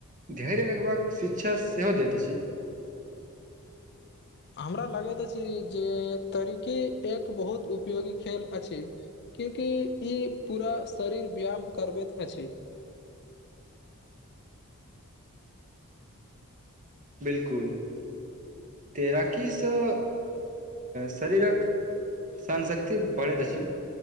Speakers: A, on the right (about 35°); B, on the left (about 50°).
A: धैर्य रखबाक शिक्षा सेहो दैत अछि
B: आ हमरा लगैत छी जे तरिकी एक बहुत उपयोगी खेल अछि क्यूकि ई पूरा शरीर व्यायाम करबैत अछि
A: बिलकुल तैराकीसँ शरीरक सहनशक्ति बढ़ैत अछि